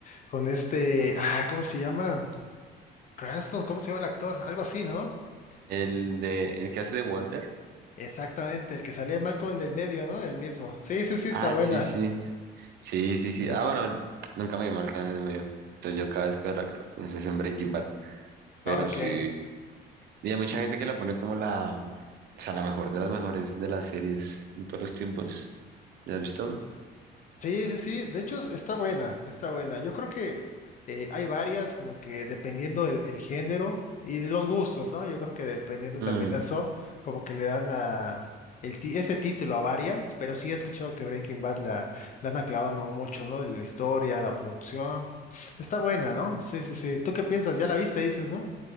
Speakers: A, on the left (about 40°); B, on the right (about 55°).
A: con este, ah, ¿cómo se llama? Cranston, ¿cómo se llama el actor? Algo así, ¿no?
B: El
A: El-
B: de, el que hace de Walter.
A: Exactamente, el que salía mal con el medio, ¿no? El mismo. Sí, sí, sí, está
B: Ah,
A: buena.
B: sí, sí, sí, sí, sí.
A: Sí.
B: Ah, bueno, nunca me vi mal canal de medio. Entonces yo cada vez que veo al actor, pienso es en Breaking Bad, pero
A: Ok.
B: sí. Y hay mucha gente que la pone como la, o sea, la mejor de las mejores de las series de todos los tiempos. ¿Ya has visto?
A: Sí, sí, sí. De hecho, está buena, está buena. Yo creo que eh, hay varias, como que dependiendo del el género y de los gustos, ¿no? Yo creo que dependiendo
B: Mm,
A: también de eso, como que le dan a el ti- ese título a varias, pero sí he escuchado que Breaking Bad la, la han aclavado mucho, ¿no? La historia, la producción. Está buena, ¿no? Sí, sí, sí. ¿Tú qué piensas? Ya la viste, dices, ¿no?